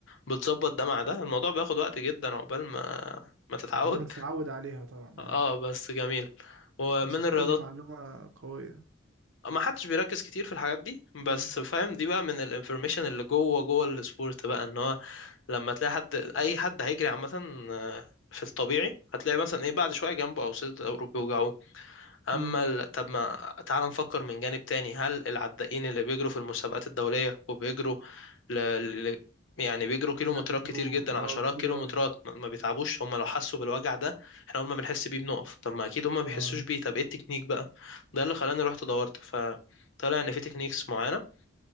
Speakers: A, on the left; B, on the right.
A: بتظبط ده مع ده الموضوع بياخد وقت جدا عقبال ما ما تتعود
B: عقبال ما تتعود عليها طبعا
A: اه
B: اه
A: بس جميل ومن
B: بس على
A: الرياضات
B: فكرة دي معلومة قوية
A: ما حدش بيركز كتير في الحاجات دي بس
B: امم
A: فاهم دي بقى من الانفورميشن اللي جوه جوه السبورت بقى ان هو لما تلاقي حد اي حد هيجري عامه آه، في الطبيعي هتلاقي مثلا ايه بعد شويه جنبه او صدره او بيوجعه اما
B: امم
A: ال... طب ما تعال نفكر من جانب تاني هل العدائين اللي بيجروا في المسابقات الدولية وبيجروا ل... ل... يعني بيجروا كيلومترات
B: لا بيجروا
A: كتير جدا عشرات
B: اه كتير
A: كيلومترات
B: أوي
A: ما ما بيتعبوش هم لو حسوا بالوجع ده احنا اول ما بنحس بيه بنقف طب ما اكيد هم ما بيحسوش
B: اه
A: بيه طب ايه التكنيك بقى ده اللي خلاني رحت دورت فطلع ان في تكنيكس معينة